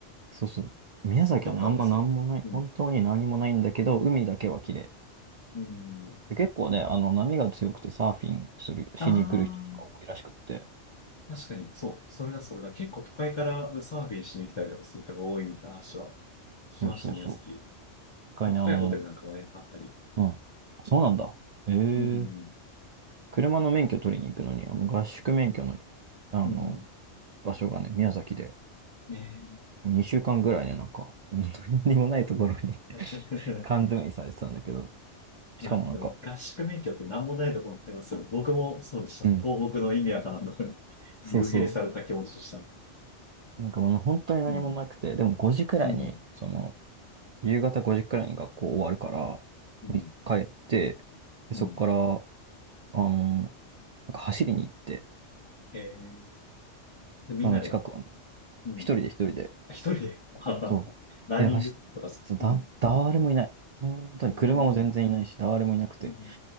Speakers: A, on the right; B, on the left.
A: そうそう。宮崎はね、
B: あ行ったことありますうん。
A: あんまなんもない。本当に何もないんだけど、海だけは綺麗。
B: うん。
A: で、結構ね、あの、波が強くてサーフィンする、しに来る人とか多いらしくって。
B: ああ、確かに、そう、それだ、それだ。結構都会からサーフィンしに来たりとかする人が多いみたいな話は聞
A: そうそうそう。
B: きました、宮崎。
A: 一回ね、
B: 高いホテルなんかもね、
A: あの、
B: あったり。
A: うん。そうなんだ。ええ
B: うん。
A: 車の免許取りに行くのに、あの、合宿免許の、あの、
B: うん。
A: 場所がね、宮崎で。
B: ね
A: 2週間ぐらいね、なんか、本当に何もないところに
B: え。
A: <laughs> 缶詰にされてたんだけど、
B: <laughs>
A: しかもなんか、
B: まあ、でも合宿免許って何もないところにありますけど、僕もそうでした。
A: うん。
B: 東北の意味わからんところに <laughs>
A: そうそ
B: 幽閉された気持ちとした。
A: う、なんかもう本当に何もなくて、
B: うん。
A: でも5時くらいに、
B: うん。
A: その、夕方5時くらいに学校終わるから、
B: うん。
A: に帰って、で、
B: うん
A: そこから、あの、なんか走りに行って、
B: えー、でみんなで、
A: その近くをね、
B: うん。
A: 一人で一人で、
B: 一人で、<laughs>
A: そう、
B: ランニングとかす、
A: で、走っ、そう、だ、
B: うん。
A: 誰もいない。本当に車も全然いないし、
B: うん。
A: 誰もいなくて、
B: うん